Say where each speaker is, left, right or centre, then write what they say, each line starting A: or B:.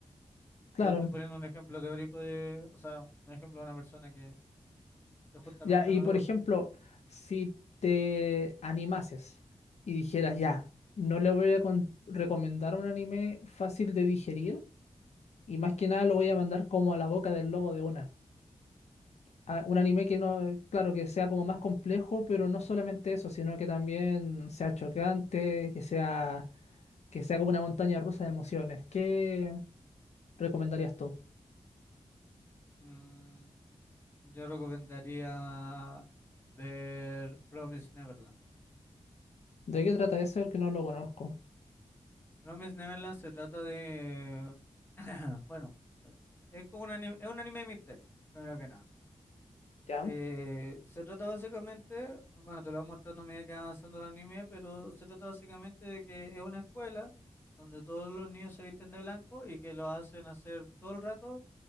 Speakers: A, on the left (about 70°); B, on the left (about 20°).
A: Claro.
B: Yo estoy poniendo un ejemplo teórico de, o sea, un ejemplo de una persona que, que justamente
A: Ya, y
B: no
A: por
B: le gusta.
A: ejemplo, si te animases y dijeras, ya,
B: Ya.
A: no le voy a con- recomendar un anime fácil de digerir, Y más que nada lo voy a mandar como a la boca del lobo de una. A- un anime que no, claro, que sea como más complejo, pero no solamente eso, sino que también sea chocante, que sea, que sea como una montaña rusa de emociones. ¿Qué recomendarías tú?
B: Mm, Yo recomendaría ver Promise Neverland.
A: ¿De qué trata ese? Porque no lo conozco.
B: Promise Neverland se trata de, <clears throat> bueno, eh, es como un anime, es un anime de misterio, primero que nada.
A: ¿Ya?
B: Eh, se trata básicamente, bueno, te lo voy mostrando a medida que va avanzando el anime, pero se trata básicamente de que es una escuela donde todos los niños se visten de blanco y que lo hacen hacer todo el rato